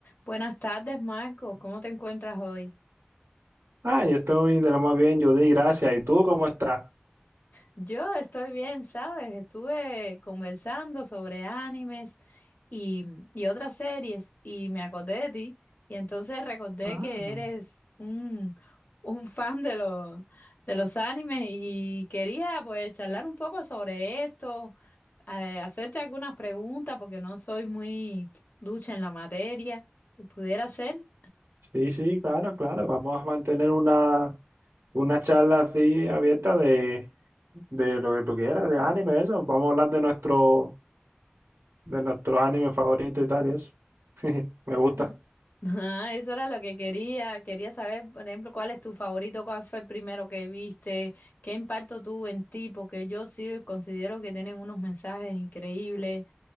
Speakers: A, on the left; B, on the right.
A: Buenas tardes, Marcos. ¿Cómo te encuentras hoy?
B: Ah, yo estoy de lo más bien, yo di gracias. ¿Y tú cómo estás?
A: Yo estoy bien, ¿sabes? Estuve conversando sobre animes y, y otras series y me acordé de ti y entonces recordé
B: Ah,
A: que eres un, un fan de los, de los animes y quería pues charlar un poco sobre esto, eh, hacerte algunas preguntas porque no soy muy ducha en la materia. ¿Pudiera ser?
B: sí, sí, claro, claro. Vamos a mantener una, una charla así abierta de, de lo que tú quieras, de anime, eso. Vamos a hablar de nuestro, de nuestro anime favorito y tal, y eso. <laughs> Me gusta.
A: Es- <laughs> Ah, eso era lo que quería. Quería saber, por ejemplo, cuál es tu favorito, cuál fue el primero que viste, qué impacto tuvo en ti, porque yo sí considero que tienen unos mensajes increíbles.